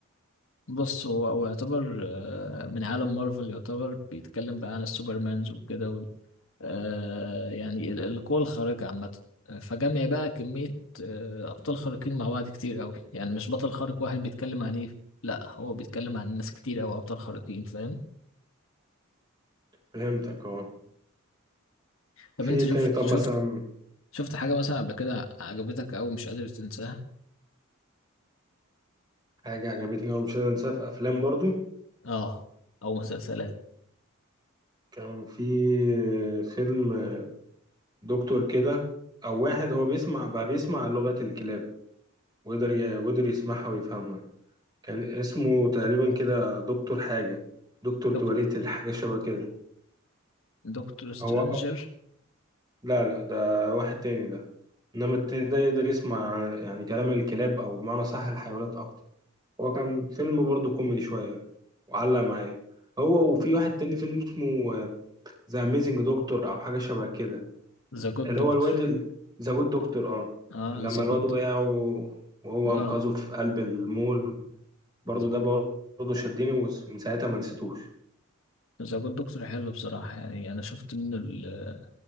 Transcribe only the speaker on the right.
فهمتك اه
في
إيه
تاني طب
مثلا
حاجه عجبتني أوي مش قادر انساها في افلام برضو
كان في فيلم دكتور كده او واحد هو بيسمع بقى بيسمع لغه الكلاب وقدر ي- وقدر يسمعها ويفهمها كان اسمه تقريبا كده دكتور حاجه دكتور
دواليت الحاجه شبه كده
هو لا لا ده واحد تاني ده انما التاني ده يقدر يسمع يعني كلام الكلاب او بمعنى صح الحيوانات اكتر هو كان فيلم برضه كوميدي شويه وعلق معايا هو وفي واحد تاني فيلم اسمه ذا اميزنج دكتور او حاجه شبه كده
اللي
هو الواد ذا جود دكتور اه
لما
الواد
وقع و- وهو
انقذه في قلب المول برضه
ده برضه شدني ومن ساعتها ما نسيتوش